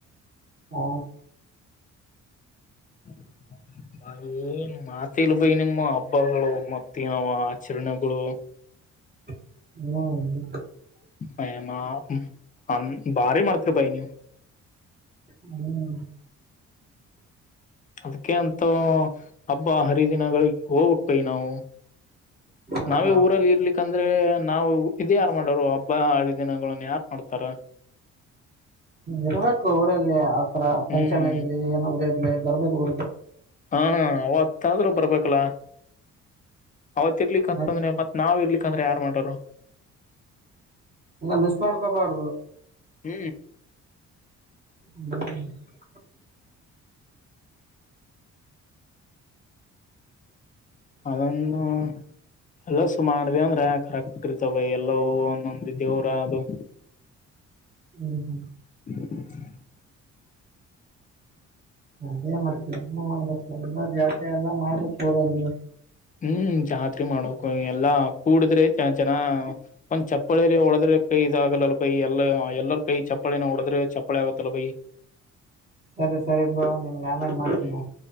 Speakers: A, on the right; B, on the left.
A: ಹಾ
B: <inaudible> ಏನ್ ಮಾತಿಲ್ ಬೈ ನಿಮ್ಮ ಹಬ್ಬಗಳು ಮತ್ತ ಯಾವ ಆಚರಣೆಗಳು <inaudible>
A: ಹ್ಮ್ ಹ್ಮ್
B: ಮಯಮ್ಮ ಅ ಭಾರಿ ಮಾಡ್ತರ ಬೈ ನೀವು.
A: ಹ್ಮ್
B: ಅದಕೆ ಅಂತ ಹಬ್ಬ ಹರಿದಿನಗಳಿಗೆ ಹೋಗಬೇಕ ಬೈ ನಾವು.
A: ಹೌದೌದು
B: ನಾವೇ ಊರಲ್ಲಿ ಇರ್ಲಿಕ್ಕಂದ್ರೆ ನಾವವು. ಇದ ಯಾರು ಮಾಡೋರು ಹಬ್ಬ ಹರಿ ದಿನಗಳನ್ನು ಯಾರ್ ಮಾಡ್ತಾರ.
A: ಇರ್ಬೇಕು ಊರಲ್ಲಿ ಆತರ ಫಂಕ್ಷನ್
B: ಹ್ಮ್
A: ಇರ್ಲಿ ಏನಾದ್ರ ಇರ್ಲಿ ಬರ್ಬೇಕು ಊರಿಗೆ.
B: ಹಾ ಅವತ್ತಾದ್ರೂ ಬರ್ಬೇಕಲ್ಲ. ಅವತರಿಲಿಕ್ ಅಂತಂದ್ರೆ
A: ಆಯ್ತು,
B: ಮತ್ತ್ ನಾವ ಇರ್ಲಿಕ್ಕಂದ್ರ ಯಾರ ಮಾಡರು.
A: ಮಿಸ್ ಮಾಡ್ಕೊಬಾರ್ದು.
B: ಹ್ಮ್
A: ಹ್ಮ <unintelligible>
B: ಅದನ್ನು ಎಲ್ಲಸು ಮಾಡ್ ಅಂದ್ರೆ ಕರೆಕ್ಟ್ ಇರ್ತವ ಬೈ ಎಲ್ಲ ಒಂದೊಂದ ದೇವ್ರ ಅದು.
A: ಹ್ಮ್ ಹ್ಮ್
B: <inaudible>
A: ಅದೇ ಮತ್ತೆ ಮಾಡ್ಬೇಕು ಎಲ್ಲ ಜಾಸ್ತಿ ಎಲ್ಲ ಮಾಡ್ಬೇಕು ಊರಲ್ಲಿ.
B: ಹ್ಮ್ ಜಾತ್ರೆ ಮಾಡಕು ಎಲ್ಲಾ. ಕೂಡಿದ್ರೆ ಜನ ಒಂದ್ ಚಪ್ಪಳಲ್ಲಿ ಒಡದ್ರೆ ಕೈ ಇದಾಗಲ್ಲಲ್ ಕೈ ಎಲ್ಲ ಎಲ್ಲರ ಕೈ ಚಪ್ಪಳನೆ ಒಡದ್ರೆ ಚಪ್ಪಾಳೆ ಆಗತ್ತಲ್ಲ ಬೈ.
A: ಸರಿ ಸರಿ ಬ್ರು ನಿನಗೆ ಆಮೇಲೆ ಮಾಡತೀನಿ
B: ಹ್ಮ್
A: ನಾನ